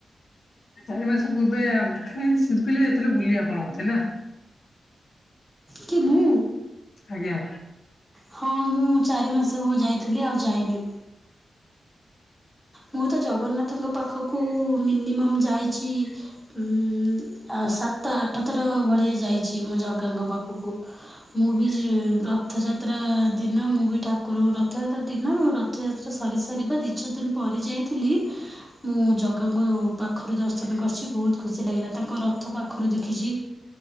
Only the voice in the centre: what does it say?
କି ମୁଁ।
ହଁ ମୁଁ ଚାରି ମାସ ହବ ଯାଇଥିଲି ଆଉ ଯାଇନି। ମୁଁ ତ ଜଗନ୍ନାଥଙ୍କ ପାଖକୁ ମିନିମମ୍ ଯାଇଛି ଉଁ ଆଉ ସାତ ଆଠ ଥର ଭଳିଆ ଯାଇଛି। ମୁଁ ଜଗାଙ୍କ ପାଖ କୁ ମୁଁ ବି ରଥଯାତ୍ରା ଦିନ ମୁଁ ବି ଠାକୁ ରକୁ ରଥଯାତ୍ରା ଦିନରୁ ରଥଯାତ୍ରା ସରିସାରିବା ଦି ଚାରି ଦିନ ପରେ ଯାଇଥିଲି। ମୁଁ ତାଙ୍କୁ ପାଖରୁ ଦର୍ଶନ କରିଛି ବୋହୁତ ଖୁସି ଲାଗିଲା। ତାଙ୍କ ରଥ ପାଖରୁ ଦେଖିଛି